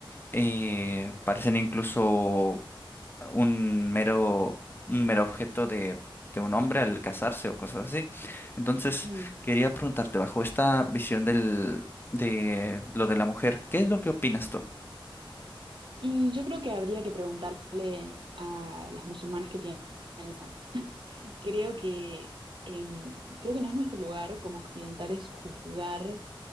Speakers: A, on the left; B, on the right.
A: eh, parecen incluso un mero, un mero objeto de, de un hombre al casarse o cosas así. Entonces,
B: mm.
A: quería preguntarte, bajo esta visión del, de lo de la mujer, ¿qué es lo que opinas tú?
B: Y yo creo que habría que preguntarle a las musulmanas qué pi- piensan. Creo que, em, creo que no es nuestro lugar como occidentales juzgar